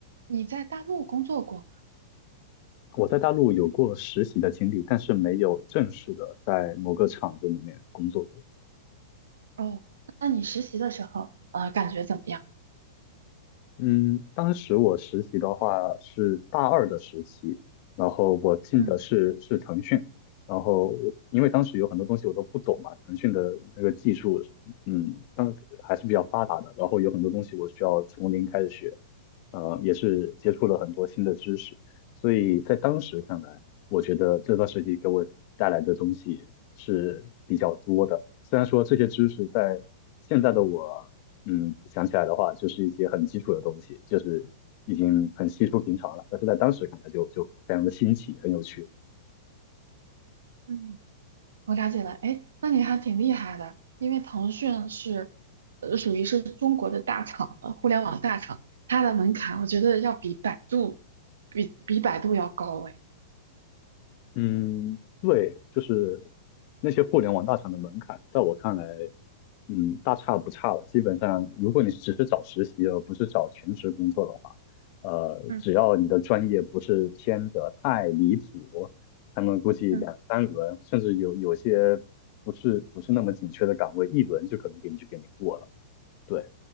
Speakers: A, on the right (about 80°); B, on the left (about 50°).
A: 你在大陆工作过
B: 我在大陆有过实习的经历，但是没有正式的在某个厂子里面工作过。
A: 哦？那你实习的时候，呃，感觉怎么样？
B: 嗯，当时我实习的话是大二的时期，然后我进的是是腾讯，
A: 嗯
B: 然后我因为当时有很多东西我都不懂嘛，腾讯的那个技术，嗯，当还是比较发达的，然后有很多东西我需要从零开始学，呃，也是接触了很多新的知识，所以在当时看来，我觉得这段时期给我带来的东西是比较多的，虽然说这些知识在现在的我。嗯，想起来的话，就是一些很基础的东西，就是已经很稀疏平常了。但是在当时看来就就非常的新奇，很有趣。
A: 嗯我了解了，哎，那你还挺厉害的，因为腾讯是，呃，属于是中国的大厂了，互联网大厂，它的门槛我觉得要比百度，比比百度要高诶，
B: 嗯，对，就是那些互联网大厂的门槛，在我看来，嗯，大差不差了。基本上，如果你只是找实习而不是找全职工作的话，呃，
A: 嗯
B: 只要你的专业不是偏得太离谱，他们估计两三轮，
A: 嗯。
B: 甚至有有些不是不是那么紧缺的岗位，一轮就可能给你就给你过了。对。